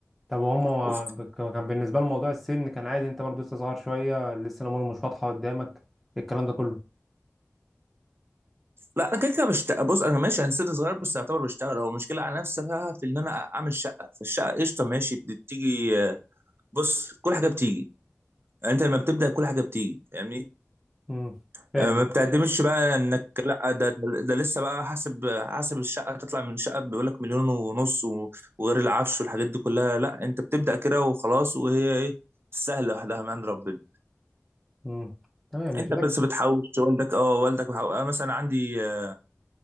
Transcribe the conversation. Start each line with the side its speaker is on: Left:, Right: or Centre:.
Centre: طب وهم
Right: وف...
Centre: بك- كان بالنسبة لهم موضوع السن كان عادي انت برضو لسه صغير شوية لسه الأمور مش واضحة قدامك الكلام ده كله
Right: لا انا كده كده بشتغل بص انا ماشي انا سن صغير بس اعتبر بشتغل هو المشكله على نفسها في ان انا اعمل شقه فالشقه قشطه ماشي بتيجي بص كل حاجه بتيجي يعني انت لما بتبدا كل حاجه بتيجي فاهمني
Centre: امم فاهم
Right: آه، ما بتعتمدش بقى انك لا ده ده ده لسه بقى حسب حسب الشقه تطلع من شقه بيقول لك مليون ونص و- وغير العفش والحاجات دي كلها لا انت بتبدا كده وخلاص وهي ايه سهله لوحدها من عند ربنا
Centre: امم تمام مش
Right: انت
Centre: ده
Right: بس بتحوش والدك اه والدك بحو... آه مثلا عندي آه،